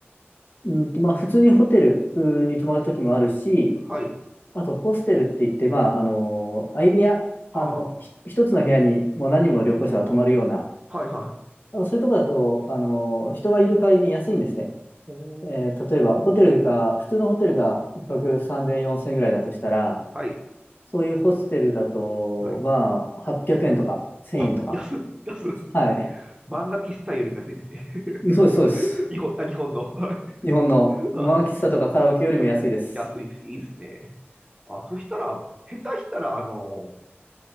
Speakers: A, on the left; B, on the right.
A: うんと、まあ、普通にホテルに泊まるときもあるし、
B: はい、
A: あと、ホステルって言って、まあ、あの、相部屋、
B: はあ、
A: あの、
B: は
A: ひ一つの部屋にもう何人も旅行者が泊まるような、
B: あ、はい、はい。
A: あのそういうとこだと、あの、人がいる代わりに安いんですね。
B: お
A: えー例えば、
B: ー、
A: ホテルか普通のホテルが1泊3000、
B: うん、
A: 4000ぐらいだとしたら、
B: はい、
A: そういうホステルだと、
B: はい。
A: まあ、800円とか1000円とか。
B: お、安い、安っ
A: はい。
B: 漫画喫茶よりも安いですね。
A: そうです、そうです。
B: <laughs> 日本、あ、日本の。はい
A: 日本のマーキスタとかカラオケよりも安いです。
B: あ <laughs> 安いです、いいですね。あ、そしたら、下手したら、あの、